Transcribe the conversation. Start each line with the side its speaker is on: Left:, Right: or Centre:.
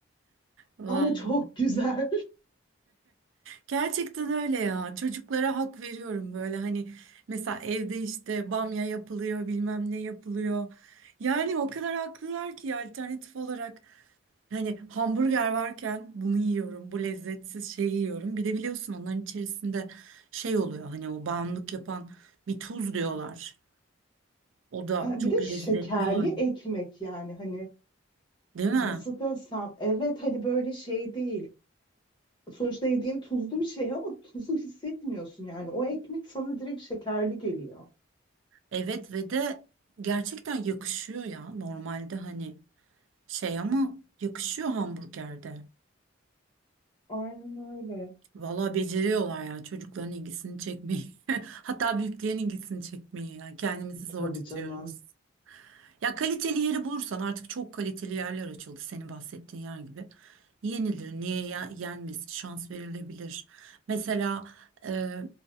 Right: Vay.
Left: Ama çok güzel. <laughs>
Right: Gerçekten öyle ya. Çocuklara hak veriyorum böyle hani mesela evde işte bamya yapılıyor, bilmem ne yapılıyor. Yani o kadar haklılar ki alternatif olarak hani hamburger varken bunu yiyorum, bu lezzetsiz şeyi yiyorum. Bir de biliyorsun onların içerisinde şey oluyor hani o bağımlılık yapan bir tuz diyorlar. O da
Left: Ha,
Right: çok
Left: Bir de
Right: lezzetli
Left: şekerli
Right: hali.
Left: ekmek yani hani
Right: Değil mi?
Left: nasıl desem evet hani böyle şey değil. sonuçta yediğin tuzlu bir şey ama tuzu hissetmiyorsun yani. O ekmek sana direkt şekerli geliyor.
Right: Evet ve de gerçekten yakışıyor ya. Normalde hani şey ama yakışıyor hamburgerde.
Left: Aynen öyle.
Right: Valla beceriyorlar yani çocukların ilgisini çekmeyi. <laughs> Hatta büyüklerin ilgisini çekmeyi. Yani kendimizi zor
Left: Tabii
Right: tutuyoruz.
Left: canım.
Right: Ya kaliteli yeri bulursan artık çok kaliteli yerler açıldı senin bahsettiğin yer gibi. Yenilir, niye ye- yenmez, şans verilebilir. Mesela e,